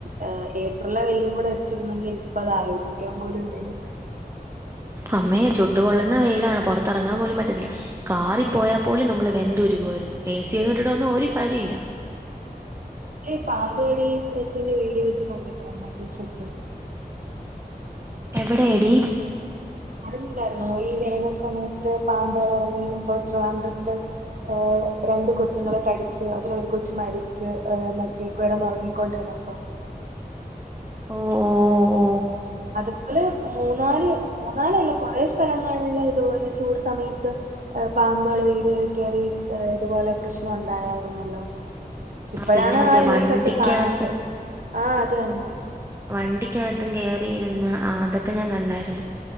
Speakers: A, on the right; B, on the right.
A: ഹ് ഏപ്രിലിലെ വെയിലും കൂടെ അടിച്ചിരുന്നെങ്കിൽ എൻക്പ്പോ അത് ആലോചിക്കാൻ പോലുംവയ്യ
B: അമ്മേ ചുട്ടപൊള്ളുന്ന വെയിലാണ് പൊറാ കറങ്ങാൻ പോലും പറ്റത്തില്ല കാറി പോയാൽ പോലും നമ്മള് വെന്തുരുകുവാരുന്നു ഏസിയോന്നും ഈട്ട്ട്ടൊന്നും ഒരു കാര്യല്ല
A: ഈ പാമ്പടി വേറ്റന്റെ വീഡിയോക്ക കണ്ടില്ല മല്ലുസ്സ്ക്ക്
B: എവിടെയടി
A: അറിഞ്ഞില്ലാരുന്നോ ഈ വേനൽ സമയത്ത് പമ്പുകൾ ഇറങ്ങി അപ്പൊ ട്രിവാണ്ട്രത്ത് ഏ രണ്ട് കൊച്ചുങ്ങളെ കടിച്ചു അതിലൊ ഒരു കൊച്ചു മരിച്ച് മറ്റേ കേടാന്നുറങ്ങിക്കൊണ്ടിന്നപ്പോ
B: ഓ ഓ ഓ
A: അതുപോലെ മൂന്നാല് മൂന്നാലല്ല കൊറേ സ്ഥലങ്ങളില് ഇതുപോലെ ചൂട് സമയത്ത് പാമ്പുകൾ വീടുകളിൽ കേയറി ഇതുപോലെ പ്രശ്നം ഉണ്ടായായിരുന്നല്ലോ ഇപ്പാഴാണ്
B: ആ പിന്നെ മറ്റേ
A: ആ ന്യൂസൊക്കെ
B: വണ്ടിക്കകത്ത്
A: കാണാത്തെ ആ അത് തന്നെ
B: വണ്ടിക്കകത്തും കേറിയിരുന്ന അതൊക്കെ ഞാൻ കണ്ടായിരുന്നു